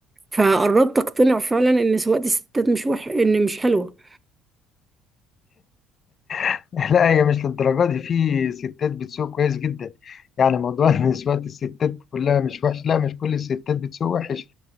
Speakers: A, on the right (about 15°); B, on the left (about 40°).
A: فقربت اقتنع فعلا ان سواقة الستات مش وح... ان مش حلوة
B: <laughs> لا هي مش للدرجة دي في ستات بتسوق كويس جدا يعني موضوع ان سواقة الستات كلها مش وحش لا مش كل الستات بتسوق وحش